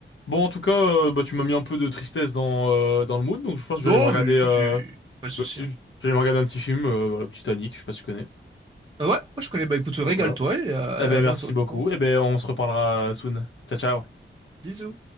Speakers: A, on the left (about 65°); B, on the right (about 25°).
A: Bon, en tout cas, euh, bah, tu m'as mis un peu de tristesse dans euh, dans le mood, donc je pense que
B: Non,
A: je vais aller me regarder.
B: mais écoute,
A: Euh,
B: tu... pas de souci.
A: bah, tu-
B: hein.
A: je vais aller me regarder un petit film, euh, voilà, Titanic. Je sais pas si tu connais.
B: Euh, ouais, moi je connais, bah écoute, régale-toi
A: Voilà.
B: et euh,
A: Eh ben,
B: à bientôt,
A: merci beaucoup.
B: du coup.
A: Eh ben, on se reparlera euh, soon. Ciao, ciao.
B: Bisous.